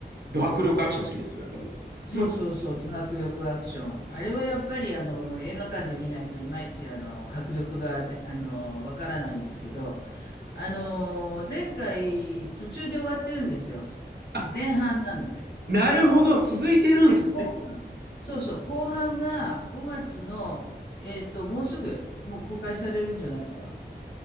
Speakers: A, on the right; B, on the left.
A: ド迫力アクション好きですよ。やっぱり。気持ち、
B: そうそうそう、迫力アクション。あれはやっぱり、あの、映画館で見ないといまいち、あの、迫力がで、あの、わからないんですけど、あの、前回、途中で終わってるんですよ。
A: あ、
B: 前半なので。
A: なるほど。続いてるんすね。
B: で、後半、そうそう、後半が5月の、えっと、もうすぐ、もう公開されるんじゃないかな。